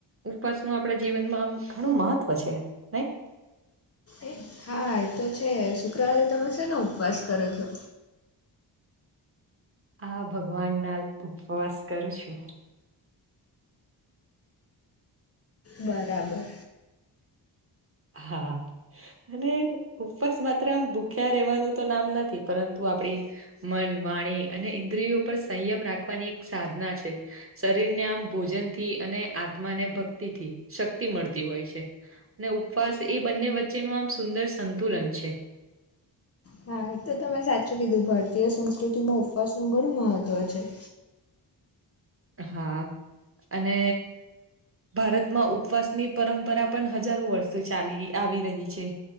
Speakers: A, on the right; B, on the left.
A: ઉપવાસનું આપણા જીવનમાં આમ ઘણું મહત્વ છે, નઈ
B: એ હા, એ તો છે શુક્રવારે તમે શેનો ઉપવાસ કરો છો?
A: આ ભગવાન ના ઉપવાસ કરું છું.
B: બરાબર
A: હા અને ઉપવાસ માત્ર આમ ભૂખ્યા રહેેવાનું તો નામ નથી, પરંતુ આપડી મન, વાણી અને ઇન્દ્રિયો પર સંયમ રાખવાની એક સાધના છે. શરીર ને આમ ભોજનથી અને આત્માને ભક્તિ શક્તિ મળતી હોય છે. અને ઉપવાસ એ બંને વચ્ચેનું આમ સુંદર સંતુલન છે.
B: હા એ તો તમે સાચું કીધું, ભારતીય સંસ્કૃતિમાં ઉપવાસ નું ઘણું મહત્વ છે.
A: હા, અને ભારતમાં ઉપવાસની પરંપરા પણ હજારો વર્ષો ચાલી આવી રહી છે.